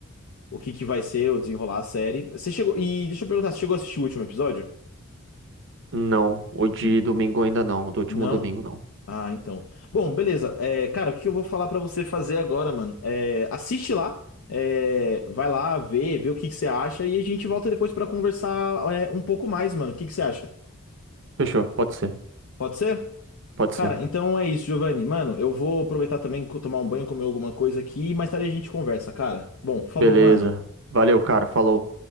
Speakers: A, on the left; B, on the right.
A: o que que vai ser, o desenrolar a série. Você chegou, e deixa eu perguntar, você chegou a assistir o último episódio?
B: Não, o de
A: N-
B: domingo ainda não, do último
A: Não?
B: domingo não.
A: Ah, então. Bom, beleza. É, cara, o que eu vou falar pra você fazer agora, mano? É, assiste lá, é, vai lá ver, vê o que que você acha e a gente volta depois pra conversar, é, um pouco mais, mano. O que que você acha?
B: Fechou, pode ser,
A: Pode ser?
B: pode
A: Cara,
B: ser.
A: então é isso, Giovanni. Mano, eu vou aproveitar também, co- tomar um banho, comer alguma coisa aqui e mais tarde a gente conversa, cara. Bom, falou,
B: Beleza.
A: mano.
B: Valeu, cara, falou.